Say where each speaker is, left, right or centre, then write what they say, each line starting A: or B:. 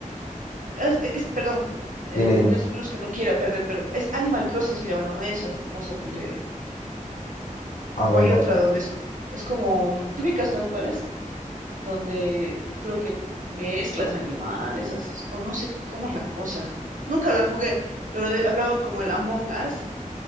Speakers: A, on the right; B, on the left.
A: es, es- perdón, eh,
B: Dime, dime.
A: no es, no es que no quiera perder, pero es Animal Crossing se llama, ¿no? Esa cosa donde,
B: A
A: o
B: ver,
A: hay
B: bueno,
A: otra donde es, es como, mm, ¿te ubicas, no? ¿Cuál es? Donde creo que mezclas animales, haces, o no sé cómo es la cosa. Nunca la jugué, pero de- hablaban como el Among Us.